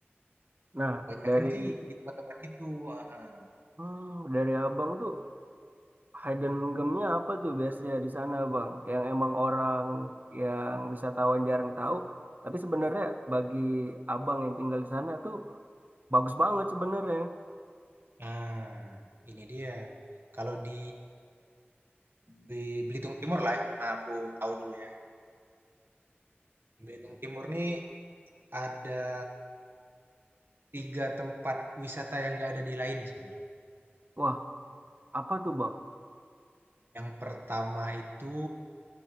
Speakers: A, on the right; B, on the right.
A: Nah,
B: Kebanyakan
A: dari
B: sih di tempat-tempat itu. ah, ah.
A: hmm, dari abang tuh hidden gemnya apa tuh biasanya di sana, bang? Yang emang orang yang wisatawan jarang tahu, tapi sebenarnya bagi abang yang tinggal di sana tuh bagus banget sebenarnya.
B: Nah, ini dia. Kalau di, di Belitung Timur lah yang aku tahu dulu ya. Di Belitung Timur nih ada tiga tempat wisata yang nggak ada di lain sebenarnya.
A: Wah, apa tuh, bang?
B: Yang pertama itu